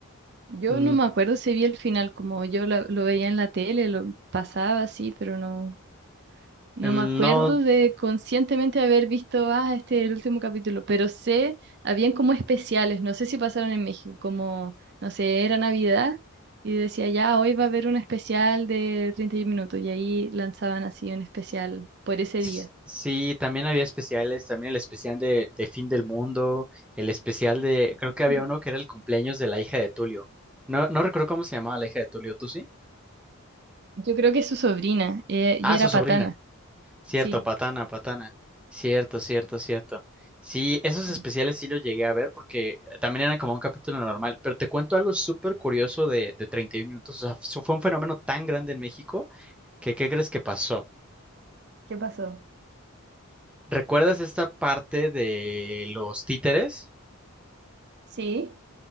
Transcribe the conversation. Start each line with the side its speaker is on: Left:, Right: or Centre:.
Right: Yo
Centre: Mm,
Right: no me acuerdo si vi el final, como yo la- lo veía en la tele, lo pasaba así, pero no, No
Centre: mm,
Right: me acuerdo
Centre: no,
Right: de conscientemente haber visto, ah, este es el último capítulo, pero sé, habían como especiales, no sé si pasaron en México, como, no sé, era Navidad y decía, ya, hoy va a haber un especial de treinta y un minutos y ahí lanzaban así un especial por ese
Centre: s-
Right: día.
Centre: sí, también había especiales, también el especial de, de Fin del Mundo, el especial de, creo que
Right: Mm.
Centre: había uno que era el cumpleaños de la hija de Tulio. No, no recuerdo cómo se llamaba la hija de Tulio, ¿tú sí?
Right: Yo creo que es su sobrina eh,
Centre: Ah,
Right: y era
Centre: su sobrina.
Right: patana,
Centre: Cierto,
Right: sí.
Centre: Patana, Patana. Cierto, cierto, cierto. Sí, esos
Right: Sí.
Centre: especiales sí los llegué a ver porque también eran como un capítulo normal, pero te cuento algo súper curioso de, de 31 minutos. O sea, su- fue un fenómeno tan grande en México que ¿qué crees que pasó?
Right: ¿Qué pasó?
Centre: ¿Recuerdas esta parte de los títeres?
Right: Sí.